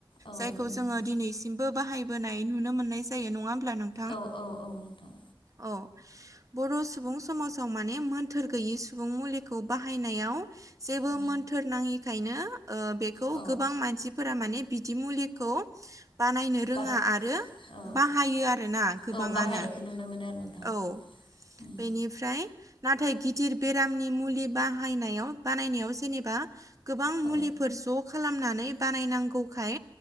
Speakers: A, on the left (about 70°); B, on the right (about 40°).
A: औ
B: जायखौ
A: दङ
B: जोङो
A: नोंथां
B: दिनैसिम बो बाहायबोनाय नुनो मोननाय जायो नङा होमब्ला नों
A: औ औ औ नोंथां
B: औ बर' सुबुं समाजाव माने मोन्थोर गैयि सुबुं मुलिखौ बाहायनायाव जेबो
A: औ
B: मोन्थोर नाङिखायनो ओ बेखौ
A: औ
B: गोबां मानसि फोरा माने बिदि मुलिखौ बानायनो
A: बा
B: रोंङा आरो
A: औ
B: बाहायो आरोना गोबांङानो
A: औ बाहायनायखौ नुनो मोनो आरो नोंथां
B: औ
A: उम
B: बेनि फ्राय नाथाय गिदिर बेरामनि मुलि बाहायनायाव बानायनायाव जेनेबा गोबां
A: औ
B: मुलिफोर ज' खालामनानै बानायनांगौखाय